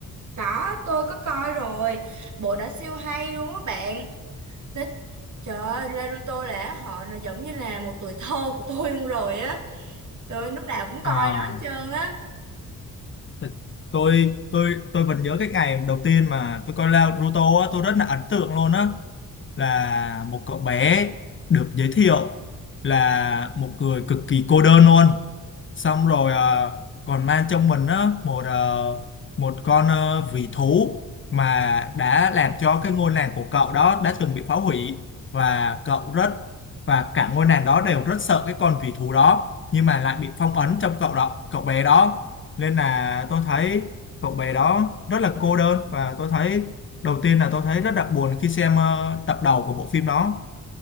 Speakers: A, on the right; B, on the left.
A: Có, tôi có coi rồi. Bộ đã siêu hay luôn á bạn. Đó, trời ơi, Naruto là họ nó giống như là một tuổi thơ của tôi luôn rồi á. Tôi lúc nào cũng coi
B: À,
A: nó hết trơn á.
B: th- tôi tôi tôi vẫn nhớ cái ngày đầu tiên mà tôi coi Naruto á, tôi rất là ấn tượng luôn á. là một cậu bé được giới thiệu là một người cực kỳ cô đơn luôn xong rồi ờ, còn mang trong mình á một ờ, một con ờ, vĩ thú mà đã làm cho cái ngôi làng của cậu đó đã từng bị phá hủy và cậu rất và cả ngôi làng đó đều rất sợ cái con vĩ thú đó nhưng mà lại bị phong ấn trong cậu đó cậu bé đó nên là tôi thấy cậu bé đó rất là cô đơn và tôi thấy đầu tiên là tôi thấy rất đặc buồn khi xem ờ, tập đầu của bộ phim đó